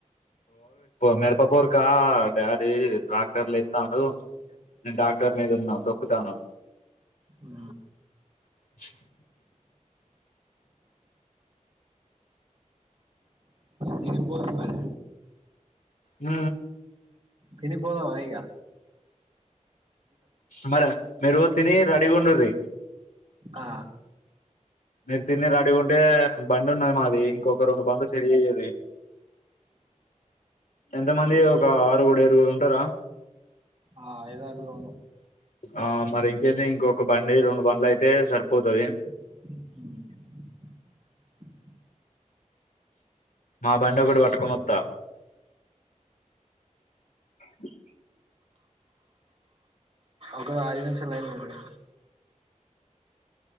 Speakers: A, on the left (about 85°); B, on the right (about 50°).
A: మేరపపోరుక డాడీ ట్రాక్టర్లు ఇస్తాను నేను ట్రాక్టర్ మీద ఉన్నాను తొక్కుతాను
B: ఆ
A: <unintelligible>
B: తిని పొదువు మరి
A: హ
B: తిని పోదవా ఇగా
A: మరి మేరువు తిని రెడీ గా ఉండురీ
B: ఆ
A: మీరు తిని రెడీ గా ఉంటే బండి ఉన్నది మాది ఇంకొక రెండు బం సరి అయ్యేది ఎంతమంది ఒక ఆరు కూడా ఉంటారా
B: ఆ ఏదో అడుగుదాం
A: ఆ మరి ఇంకైతే ఇంకొక ఒక బండి రెండు బండ్లు అయితే సరిపోతాది
B: అ
A: మా బండి ఒకటి పట్టుకని వస్తా <unintelligible>
B: ఒక ఐదు నిమిషాలు లైన్ ఉండండి